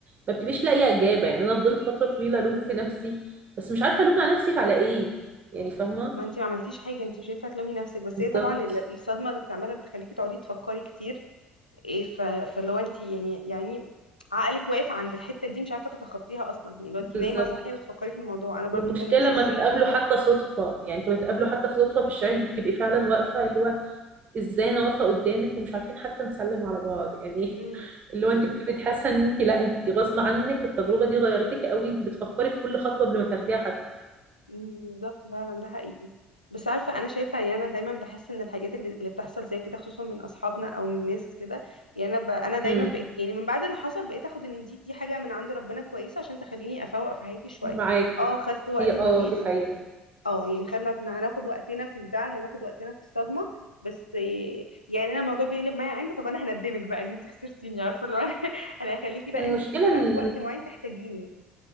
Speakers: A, on the right (about 35°); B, on the left (about 80°).
A: ما بتبقيش لاقيه اجابه يعني انا فضلت فتره طويله الوم في نفسي بس مش عارفه الوم على نفسي على ايه يعني فاهمه
B: ما انت ما عملتيش حاجه انت مش هينفع تلومي نفسك بس
A: بالظبط
B: هي طبعا ال- الصدمه اللي بتعملها بتخليكي تقعدي تفكري كتير ايه ف... فاللي هو انت يعني يعني عقلك واقف عند الحتة دي مش عارفة تتخطيها اصلا يعني لو انت
A: بالظبط
B: نايمة صاحية بتفكري في الموضوع انا برضو
A: والمشكله
B: كان نفس
A: لما
B: الشيء
A: تتقابلوا حتى صدفه يعني انت بتقابلوا حتى في صدفه في الشارع انت بتبقي فعلا واقفه اللي هو ازاي انا واقفه قدامك ومش عارفين حتى نسلم على بعض يعني <laughs>
B: امم
A: اللي هو انت بتبقي حاسه ان انت لا انت غصب عنك التجربه دي غيرتك قوي انت بتفكري في كل خطوه قبل ما تاخديها حتى
B: أمم، بالظبط فعلا ده حقيقي بس عارفة انا شايفة يعني انا دايما بحس ان الحاجات اللي اللي بتحصل زي كده خصوصا من اصحابنا او من ناس كده يعني انا ب... انا دايما
A: امم
B: بقيت يعني من بعد اللي حصل بقيت اخد ان دي دي حاجة من عند ربنا كويسة عشان تخليني افوق في حياتي شوية
A: معاكي
B: اه خدت وقت
A: هي
B: طويل
A: اه دي حقيقه
B: اه يعني خدنا هناخد وقتنا في الزعل هناخد وقتنا في الصدمة بس إيه، يعني انا الموضوع بيقلب معايا انت طب انا هندمك بقى ان انت خسرتيني عارفة اللي هو <laughs> انا هخليكي بقى
A: المشكله
B: انت تيجي
A: ان
B: بقى في وقت معين تحتاجيني